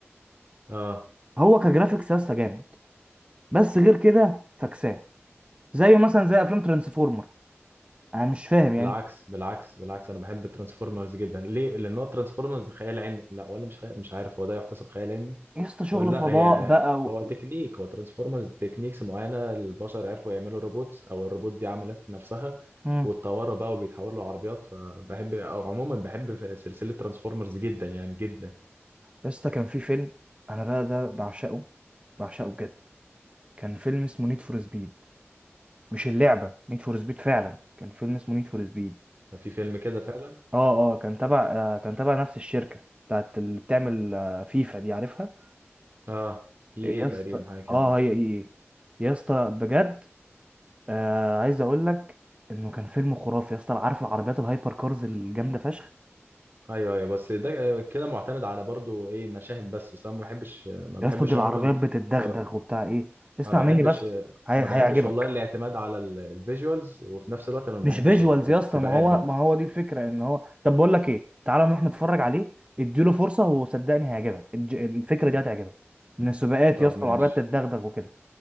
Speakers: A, on the right; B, on the right.
A: اه
B: هو كجرافيكس يا اسطى جامد بس غير كده فكسان زيه مثلا زي افلام ترانسفورمر انا مش فاهم يعني
A: بالعكس بالعكس بالعكس انا بحب ترانسفورمرز جدا ليه لان هو ترانسفورمرز خيال علمي لا ولا مش خيال مش عارف هو ده يحتسب خيال علمي
B: يا اسطى شغل
A: ولا
B: فضاء
A: لا هي
B: بقى و...
A: هو تكنيك هو ترانسفورمرز تكنيكس معينه البشر عرفوا يعملوا روبوتس او الروبوت دي عملت نفسها
B: مم.
A: واتطوروا بقى وبيتحولوا لعربيات فبحب او عموما بحب في سلسله ترانسفورمرز جدا يعني جدا
B: يا اسطى كان في فيلم انا بقى ده بعشقه بعشقه بجد كان فيلم اسمه نيد فور سبيد مش اللعبه نيد فور سبيد فعلا كان فيلم اسمه نيد فور سبيد
A: في فيلم كده فعلا
B: اه اه كان تبع آه، كان تبع نفس الشركة بتاعت اللي بتعمل آه، فيفا دي عارفها
A: اه اي
B: يا
A: ايه
B: مم.
A: تقريبا
B: اسطى
A: حاجه كده
B: اه هي ايه إيه. يا اسطى بجد آه عايز اقول لك انه كان فيلم خرافي يا اسطى عارف العربيات الهايبر كارز الجامدة فشخ
A: ايوه ايوه بس ده كده معتمد على برضو ايه مشاهد بس بس انا ما بحبش ما بحبش
B: يا اسطى دي مم.
A: عموما
B: العربيات بتتدغدغ
A: ما ب-
B: وبتاع ايه اسمع
A: ما بحبش
B: مني بس هي...
A: ما
B: هيعجبك
A: بحبش والله الاعتماد على ال- الفيجوالز وفي نفس الوقت انا ما
B: مش
A: بحبش
B: فيجوالز
A: السباقات
B: يا اسطى ما هو
A: بقى
B: ما هو دي الفكرة ان هو طب بقول لك ايه تعالى نروح نتفرج عليه اديله فرصة وصدقني هيعجبك الج- الفكرة دي هتعجبك من السباقات
A: طب
B: يا اسطى
A: ماشي
B: العربيات تتدغدغ وكده